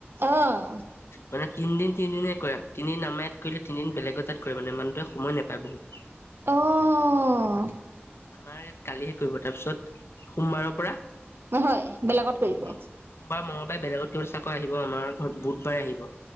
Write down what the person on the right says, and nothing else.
অঁ।
<unintelligible> অ
নহয় বেলেগত কৰিব